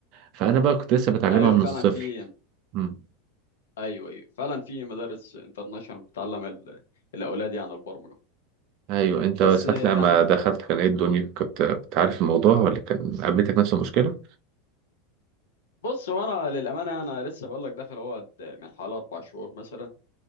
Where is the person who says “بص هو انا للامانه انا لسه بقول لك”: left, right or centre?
Left